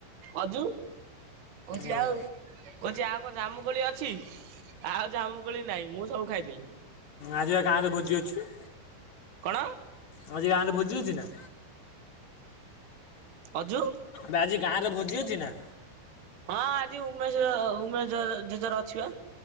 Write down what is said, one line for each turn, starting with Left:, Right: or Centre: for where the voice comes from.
Right: ଅଜୁ। କହୁଚି
Left: ଓହୋ
Right: ଆଉ କହୁଚି ଆଉ କଣ ଜାମୁକୋଳି ଅଛି? ଆଉ ଜାମୁକୋଳି ନାଇଁ ମୁଁ ସବୁ ଖାଇଦେଲି।
Left: ଆଜିି ବା ଗାଁରେ ଭୋଜି ଅଛି।
Right: କଣ?
Left: ଆଉ ଗାଁରେ ଭୋଜି ଅଛି ନା?
Right: ଅଜୁ।
Left: ବେ ଆଜି ଗାଁରେ ଭୋଜି ଅଛି ନା?
Right: ହଁ ଆଜି ଉମେଶ ଉମେଶ ଜେଜର ଅଛିି ବା।